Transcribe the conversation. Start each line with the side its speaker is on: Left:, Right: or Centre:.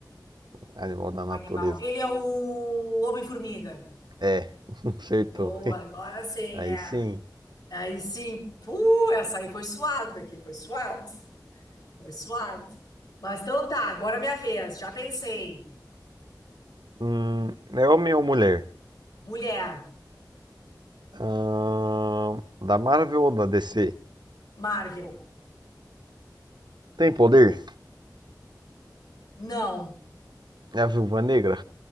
Right: animal da
Left: Um
Right: natureza.
Left: animal. Ele é o Homem-Formiga.
Right: É, <laughs> acertou.
Left: Boa, agora sim,
Right: Aí
Left: é.
Right: sim.
Left: Aí sim. Uh, essa aí foi suada aqui, foi suado. Foi suado. Mas então tá, agora é minha vez. Já pensei.
Right: Hum, é homem ou mulher?
Left: Mulher,
Right: Ahn, da Marvel ou da DC?
Left: Marvel.
Right: Tem poder?
Left: Não.
Right: É a Viúva Negra?